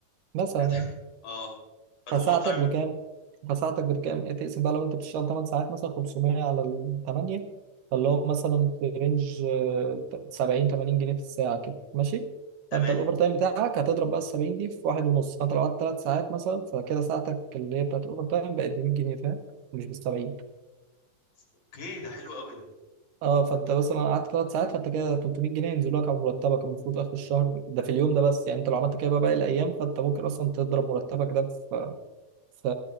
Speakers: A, on the right; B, on the left.
A: مثلا
B: لا ده-
A: يعني
B: اه فالاوفر
A: فساعتك
B: تايم
A: بكام؟ فساعتك بكام؟ إيه، تقسم بقى لو انت بتشتغل 8 ساعات مثلا 500 على ال 8 فاللي هو مثلا في رينج آه، 70 80 جنيه في الساعة كده ماشي؟
B: تمام
A: فانت الاوفر تايم بتاعك هتضرب بقى ال 70 دي في واحد ونص فانت لو قعدت 3 ساعات مثلا فكده ساعتك اللي هي بتاعت الاوفر تايم بقت ب 100 جنيه فاهم؟ مش ب 70
B: اوكي ده حلو قوي
A: اه فانت مثلا قعدت 3 ساعات فانت كده 300 جنيه ينزلوا لك على مرتبك المفروض اخر الشهر ده في اليوم ده بس يعني انت لو عملت كده بقى باقي الايام فانت ممكن اصلا تضرب مرتبك ده في ف-